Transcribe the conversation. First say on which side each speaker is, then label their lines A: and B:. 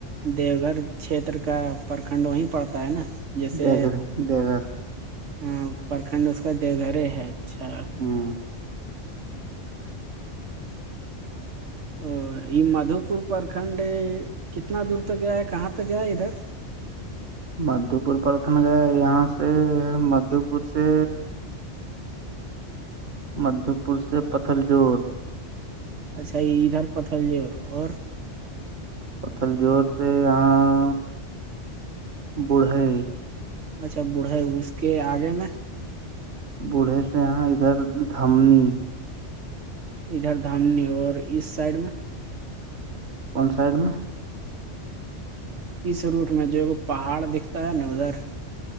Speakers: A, on the right; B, on the right.
A: دیو گھر چھیتر کا پرکھنڈ وہیں پڑتا ہے نا جیسے
B: دیہ گھر دیہ گھر
A: ہاں پرکھنڈ اس کا دیو گھر ہے اچھا
B: ہوں
A: او یہ مدھو پور پرکھنڈ کتنا دور تک گیا ہے کہاں تک گیا ہے ادھر
B: مدھو پور پرکھن گئے یہاں سے مدھو پور سے مدھو پور سے پتھل جوڑ
A: اچھا یہ ادھر پتھل ج اور
B: پتل جوور سے یہاں بوڑھے
A: اچھا بوڑھائی اس کے آگے میں
B: بوڑھے سے یہاں ادھر دمنی
A: ادھر دھامنی اور اس سائڈ میں
B: کون سائڈ میں
A: اس روٹ میں جو ایک پہاڑ دکھتا ہے نا ادھر